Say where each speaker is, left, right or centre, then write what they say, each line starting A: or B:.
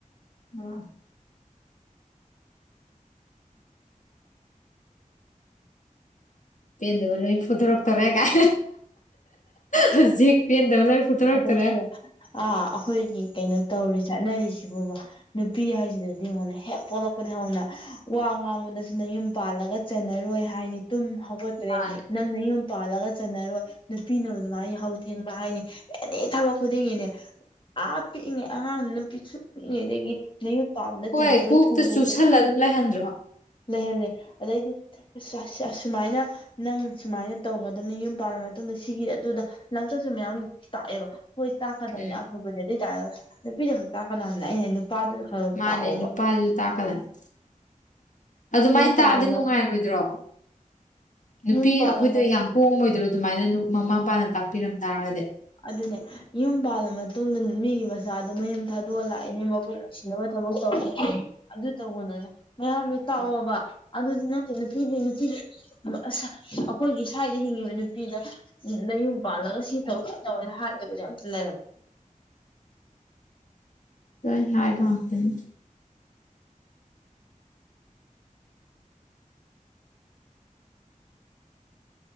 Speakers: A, on the left; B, on the left.
A: <unintelligible> ꯄꯦꯟꯗꯕ ꯂꯣꯏ ꯐꯨꯗꯣꯔꯛꯇꯣꯔꯦ ꯀꯥꯏ ꯍꯧꯖꯤꯛ ꯄꯦꯟꯗꯕ ꯂꯣꯏ ꯐꯨꯗꯣꯔꯛꯇꯧꯔꯦ
B: ꯑꯗꯩꯗꯤ ꯑꯥ ꯑꯩꯈꯣꯏꯒꯤ ꯀꯩꯅꯣ ꯇꯧꯔꯤ ꯆꯠꯅꯔꯤꯁꯤꯕꯨꯕ ꯅꯨꯄꯤ ꯍꯥꯏꯁꯤꯗꯗꯤ ꯌꯥꯡꯉꯨꯅꯦ ꯍꯦꯛ ꯄꯣꯛꯂꯛꯄꯗꯒꯤ ꯍꯧꯅ ꯋꯥ ꯉꯥꯡꯕꯗꯁꯨ ꯅꯌꯨꯝ ꯄꯥꯜꯂꯒ ꯆꯟꯅꯔꯣꯏ ꯍꯥꯏꯅꯤ ꯇꯨꯝ ꯍꯧꯒꯠ ꯇ꯭ꯔꯦ
A: ꯃꯥꯅꯦ
B: ꯅꯪ ꯅꯌꯨꯝ ꯄꯥꯜꯂꯒ ꯆꯟꯅꯔꯣꯏ ꯅꯨꯄꯤꯅꯕꯨ ꯑꯗꯨ ꯃꯥꯥꯏ ꯌꯥꯍꯧ ꯊꯦꯡꯕ ꯍꯥꯏꯅꯤ ꯑꯦꯅꯤ ꯊꯕꯛ ꯈꯨꯗꯤꯡꯒꯤꯅꯦ ꯑꯥ ꯄꯤꯛꯏꯉꯩ ꯑꯉꯥꯡꯗꯨꯅ ꯄꯤꯁꯨꯛ ꯄꯤꯛꯏꯉꯩꯗꯒꯤ ꯅꯌꯨꯝ ꯄꯥꯟꯕꯗ
A: ꯍꯣꯏ
B: ꯆꯟꯅꯔꯣꯏ
A: ꯀꯣꯛꯇ
B: ꯊꯨꯝ ꯄꯦꯀꯩꯠ
A: ꯆꯨꯁꯜꯂ ꯑꯗꯨꯝ ꯂꯩꯍꯟꯗ꯭ꯔꯣ
B: ꯂꯩꯍꯜꯂꯦ ꯑꯗꯩꯗꯤ ꯑꯁꯨꯃꯥꯏꯅ ꯅꯪ ꯁꯨꯃꯥꯏꯅ ꯇꯧꯒꯗꯕꯅꯤ ꯌꯨꯝ ꯄꯥꯜꯂ ꯃꯇꯨꯡꯗ ꯁꯤꯒꯤ ꯑꯗꯨꯗ ꯂꯝꯆꯠꯁꯨ ꯃꯌꯥꯝ ꯇꯥꯛꯑꯦꯕ ꯍꯣꯏ ꯇꯥꯛꯀꯗꯕꯅꯦ
A: ꯎꯝ
B: ꯑꯐꯕꯅꯦ ꯑꯗꯨꯏ ꯇꯥꯔꯒꯁꯨ ꯅꯨꯄꯤꯗꯈꯛ ꯇꯥꯛꯀꯅꯨ ꯍꯥꯏꯕꯅꯦꯗꯥ ꯑꯩꯅ ꯍꯥꯏꯗꯤ ꯅꯨꯄꯥꯗꯨꯗ ꯈꯔ ꯈꯔ
A: ꯃꯥꯅꯦ
B: ꯇꯥꯛꯑꯣꯕ
A: ꯅꯨꯄꯥꯁꯨ ꯇꯥꯀꯗꯝꯅꯦ ꯑꯗꯨꯃꯥꯏꯅ
B: ꯌꯨꯝ ꯄꯥꯜꯂ
A: ꯇꯥꯛꯑꯗꯤ ꯅꯨꯡꯉꯥꯏꯔꯣꯏꯗ꯭ꯔꯣ ꯅꯨꯄꯤ
B: ꯌꯨꯝ ꯄꯥꯜꯂ
A: ꯑꯩꯈꯣꯏꯗ ꯌꯥꯝ ꯀꯣꯝꯃꯣꯏꯗ꯭ꯔꯣ ꯑꯗꯨꯃꯥꯏꯅ ꯃꯃꯥ ꯃꯄꯥꯅ ꯇꯥꯛꯄꯤꯔꯝ ꯇꯥꯔꯒꯗꯤ
B: ꯑꯗꯨꯅꯦ ꯌꯨꯝ ꯄꯥꯜꯂ ꯃꯇꯨꯡꯗ ꯃꯤꯒꯤ ꯃꯆꯥꯗꯣ ꯃꯌꯨꯝ ꯊꯥꯗꯣꯛꯑ ꯂꯥꯛꯏꯅꯦ ꯃꯕꯨꯡ <unintelligible> ꯑꯗꯨ ꯇꯧꯒꯅꯨꯅ ꯃꯌꯥꯝꯗꯣ ꯇꯥꯛꯑꯣꯕ ꯑꯗꯨꯗꯤ ꯅꯠꯇꯦ ꯅꯨꯄꯤꯗꯤ ꯅꯨꯄꯤꯗꯤ ꯑꯁ ꯑꯩꯈꯣꯏꯒꯤ ꯁ꯭ꯋꯥꯏꯗ ꯍꯤꯡꯉꯤꯕ ꯅꯨꯄꯤꯗ ꯅꯌꯨꯝ ꯄꯥꯜꯂꯒ ꯁꯤ ꯇꯧ ꯇꯧꯦ ꯍꯥꯏꯗꯕꯗꯤ ꯌꯥꯝꯇ ꯂꯩꯔꯝꯃꯦ
A: ꯇꯣꯏ ꯍꯥꯏꯥꯏꯕꯥꯎꯁꯅꯤ